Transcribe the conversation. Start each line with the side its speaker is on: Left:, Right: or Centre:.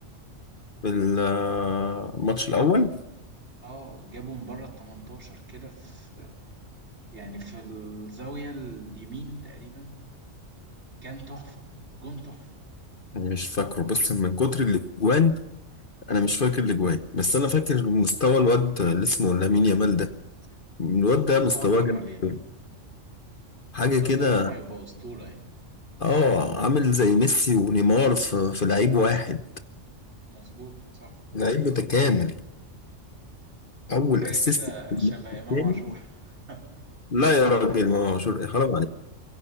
Left: الماتش الأول
Right: اه جابه من بره ال 18 كده في يعني في الزاوية اليمين تقريبا كان تحفة جون تحفة
Left: مش فاكره بس من كتر الأجوان أنا مش فاكر الأجوان بس أنا فاكر مستوى الواد اللي اسمه لامين يامال ده الواد ده
Right: الله
Left: مستواه
Right: أكبر
Left: جامد
Right: عليه ده
Left: أوي. حاجة
Right: الواد
Left: كده
Right: ده في يوم هيبقى أسطورة يعني
Left: اه عامل زي ميسي ونيمار في, في لعيب واحد
Right: مظبوط صح
Left: لعيب متكامل أول
Right: حاجة
Left: أسيست
Right: كده شبه
Left: التاني
Right: إمام عاشور <laughs>
Left: لا يا راجل ما مشهور حرام عليك